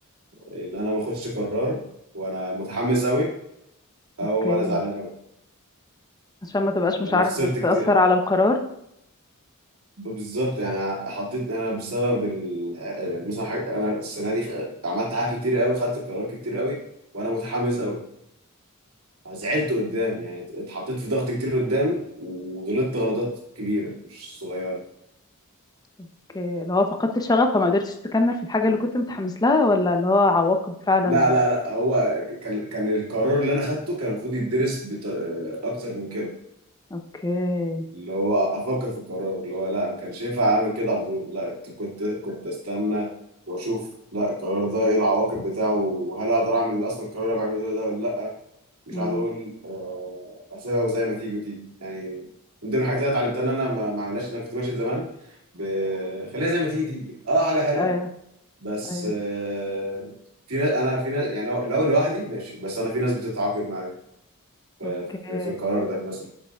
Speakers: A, on the right; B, on the left.
A: ان انا ما اخدش قرار وانا متحمس قوي او
B: اوكي
A: انا زعلان قوي
B: عشان ما تبقاش
A: لان
B: مشاعرك
A: انا خسرت
B: بتأثر
A: كتير
B: على القرار
A: بالظبط يعني حطيت انا بسبب ال... مثلا حاجة انا السنه دي عملت حاجات كتير قوي خدت قرارات كتير قوي وانا متحمس قوي زعلت قدام يعني اتحطيت في ضغط كتير قدام وغلطت غلطات كبيرة مش صغيرة
B: اوكي اللي هو فقدت الشغف فما قدرتش تكمل في الحاجة اللي كنت متحمس لها ولا اللي هو عواقب فعلا
A: لا لا لا هو كان كان القرار اللي انا خدته كان المفروض يدرس بطر... اكتر من كده
B: اوكي
A: اللي هو افكر في القرار اللي هو لا ما كانش ينفع اعمل كده على طول لا كنت كنت استنى واشوف لا القرار ده ايه العواقب بتاعه وهل اقدر اعمل اصلا القرار اللي أنا بعمله ده ولا لا مش
B: امم
A: قاعد اقول آه، اسيبها وزي ما تيجي وتيجي يعني من ضمن الحاجات اللي انا اتعلمتها ان انا ما ما اعملهاش ان انا كنت ماشي زمان ب... خليها زي ما تيجي تيجي اه حاجه حلوه
B: ايوه
A: بس
B: ايوه
A: آه، في ناس انا في ناس يعني لو لو لوحدي ماشي بس انا في ناس بتتعاقد معايا في,
B: اوكي
A: في, في القرار ده مثلا